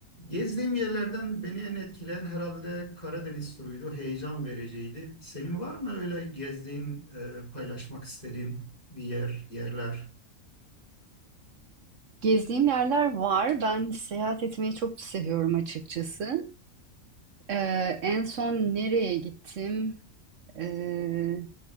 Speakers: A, on the left (about 30°); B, on the right (about 65°).
A: Gezdiğim yerlerden beni en etkileyen herhalde Karadeniz turuydu. Heyecan vericiydi. Senin var mı öyle gezdiğin, e, paylaşmak istediğin bir yer, yerler?
B: Gezdiğim yerler var. Ben seyahat etmeyi çok seviyorum açıkçası. Ee, en son nereye gittim? Ee,